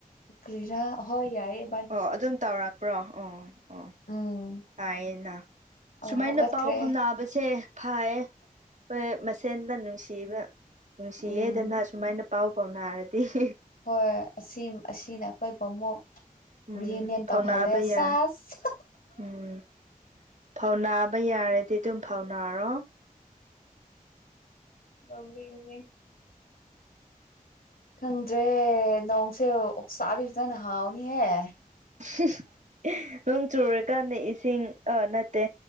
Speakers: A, on the left; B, on the right.
A: ꯀꯔꯤꯔꯥ ꯍꯣꯏ ꯌꯥꯏꯌꯦ ꯫
B: ꯑꯣ ꯑꯗꯨꯝ ꯇꯧꯔꯛꯄ꯭ꯔꯣ ꯑꯣ ꯑꯣ
A: ꯎꯝ
B: ꯐꯥꯏꯌꯦꯅ
A: ꯑꯣ
B: ꯁꯨꯃꯥꯏꯅ
A: ꯍꯧꯒꯠꯈ꯭ꯔꯦ
B: ꯄꯥꯎ ꯐꯥꯎꯅꯕꯁꯦ ꯐꯩꯌꯦ ꯫ ꯈꯣꯏ ꯃꯁꯦꯟꯗ ꯅꯨꯡꯁꯤꯕ ꯅꯨꯡꯁꯤꯌꯦꯗꯅ
A: ꯎꯝ
B: ꯁꯨꯃꯥꯏꯅ ꯄꯥꯎ ꯐꯥꯎꯅꯔꯗꯤ ꯫
A: ꯍꯣꯏ ꯑꯁꯤ ꯑꯁꯤꯅꯦ ꯑꯩꯈꯣꯏꯕꯨ ꯑꯃꯨꯛ
B: ꯎꯝ
A: ꯔꯤꯌꯨꯅꯤꯌꯟ ꯇꯧꯍꯜꯂꯦ
B: ꯐꯥꯎꯅꯕ
A: ꯁ‌ꯦꯁ
B: ꯌꯥꯏ
A: ꯫
B: ꯎꯝ ꯐꯧꯅꯥꯕ ꯌꯥꯔꯗꯤ ꯑꯗꯨꯝ ꯐꯥꯎꯅꯔꯣ ꯫
A: ꯇꯧꯅꯤꯡꯉ‌ꯦ ꯈꯪꯗ꯭ꯔꯦ ꯅꯣꯡꯁꯦ ꯑꯣꯛꯁꯥꯗꯤ ꯐꯖꯅ ꯍꯥꯎꯅꯤꯍꯦ ꯫
B: <unintelligible> ꯅꯣꯡ ꯆꯨꯔꯀꯥꯟꯗ ꯏꯁꯤꯡ ꯑꯥ ꯅꯠꯇꯦ